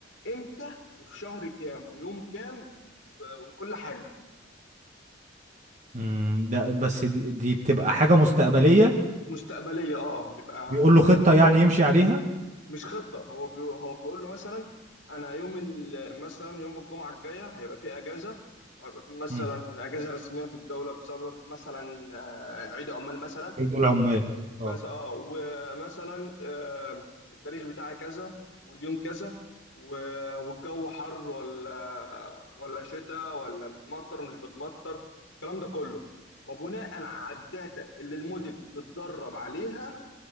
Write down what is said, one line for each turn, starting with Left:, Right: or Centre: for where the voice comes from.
Left: امتى وفي شهر كام ويوم كام و- وكل حاجه
Right: امم ده بس دي, دي بتبقى حاجة مستقبلية
Left: مستقبليه اه بيبقى
Right: بيقول
Left: اللي
Right: له
Left: هو
Right: خطة يعني يمشي عليها
Left: مش خطة هو بي... هو بيقول له مثلا أنا يوم ال... مثلا يوم الجمعة الجاية هيبقى في أجازة وهيبقى في مثلا
Right: مم،
Left: أجازة رسمية في الدولة بسبب مثلا آه، عيد عمال مثلا
Right: ايدي العمال
Left: مثلا
Right: اه
Left: اه ومثلا آه، التاريخ بتاعي كذا واليوم كذا و... والجو حر ولا ولا شتاء ولا بتمطر مش بتمطر الكلام ده كله وبناء على الداتا اللي الموديل متدرب عليها